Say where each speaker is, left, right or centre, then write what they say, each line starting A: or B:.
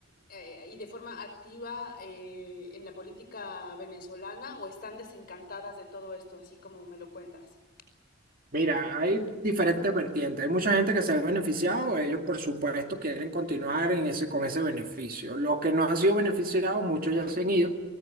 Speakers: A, on the left (about 50°); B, on the right (about 45°).
A: eh, y de forma activa eh, en la política venezolana o están desencantadas de todo esto, así como me lo cuentas?
B: Mira, hay diferentes vertientes. Hay mucha gente que se ha beneficiado, ellos por supuesto quieren continuar en ese, con ese beneficio. Los que no han sido beneficiados, muchos ya se han ido,